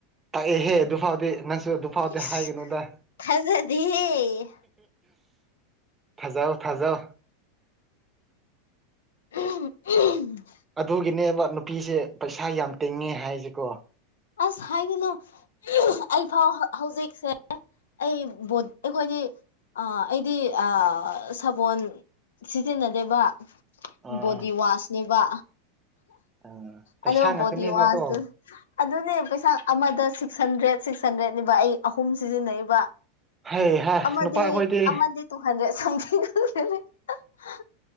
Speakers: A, on the right; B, on the left.
A: ꯇꯥꯛꯑꯦꯍꯦ ꯑꯗꯨ ꯐꯥꯎꯗꯤ ꯅꯪꯁꯨ ꯑꯗꯨꯐꯥꯎꯗꯤ
B: ꯑꯁ
A: ꯍꯥꯏꯒꯅꯨꯗ
B: ꯊꯥꯖꯗꯦꯍꯦ
A: ꯊꯖꯥꯎ ꯊꯖꯥꯎ
B: <unintelligible>
A: ꯑꯗꯨꯒꯤꯅꯦꯕ ꯅꯨꯄꯤꯁꯦ ꯄꯩꯁꯥ ꯌꯥꯝ ꯇꯤꯡꯉꯦ ꯍꯥꯏꯁꯤꯀꯣ
B: ꯑꯁ ꯍꯥꯏꯒꯅꯨ ꯑꯩꯐꯥꯎ ꯍꯧꯖꯤꯛꯁꯦ ꯑꯩ <unintelligible> ꯑꯩꯈꯣꯏꯗꯤ ꯑꯥ ꯑꯩꯗꯤ ꯑꯥ ꯁꯥꯕꯣꯟ ꯁꯤꯖꯤꯟꯅꯗꯦꯕ
A: ꯑꯥ
B: ꯕꯣꯗꯤ ꯋꯥꯁꯅꯦꯕ
A: ꯑꯥ ꯄꯩꯁꯥ
B: ꯑꯗꯣ
A: ꯉꯥꯛꯇꯅꯦꯕꯀꯣ
B: ꯕꯣꯗꯤ ꯋꯥꯁ ꯑꯗꯨꯅꯦ ꯄꯩꯁꯥ ꯑꯃꯗ ꯁꯤꯛꯁ ꯍꯟꯗ꯭ꯔꯦꯠ ꯁꯤꯛꯁ ꯍꯟꯗ꯭ꯔꯦꯠꯅꯦꯕ ꯑꯩ ꯑꯍꯨꯝ ꯁꯤꯖꯤꯟꯅꯕ
A: ꯍꯩ ꯍꯥ
B: ꯑꯃꯗꯤ
A: ꯅꯨꯄꯥ ꯑꯩꯈꯣꯏꯗꯤ
B: ꯑꯃꯗꯤ ꯇꯨ ꯍꯟꯗ꯭ꯔꯦꯠ <unintelligible>